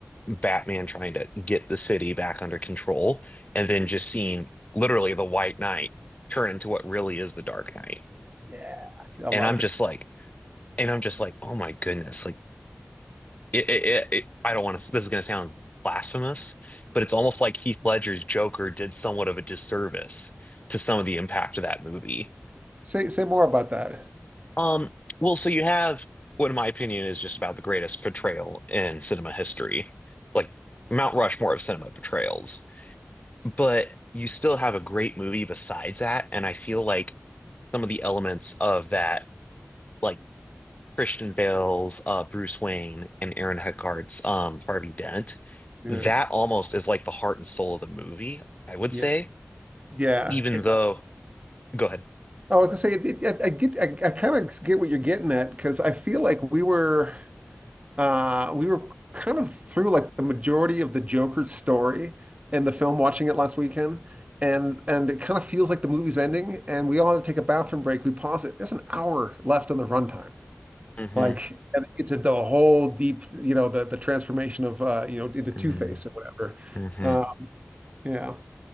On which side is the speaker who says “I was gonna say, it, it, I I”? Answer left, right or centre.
Right